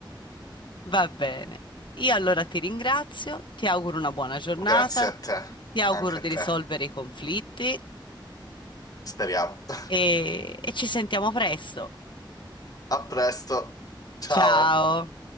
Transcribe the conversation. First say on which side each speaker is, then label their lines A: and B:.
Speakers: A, on the left (about 70°); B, on the left (about 50°).
A: Va bene. Io allora ti ringrazio, ti auguro una buona giornata,
B: Grazie a te,
A: ti auguro
B: anche a
A: di
B: te.
A: risolvere i conflitti
B: Speriamo. <laughs>
A: e, e ci sentiamo presto.
B: A presto. Ciao.
A: Ciao.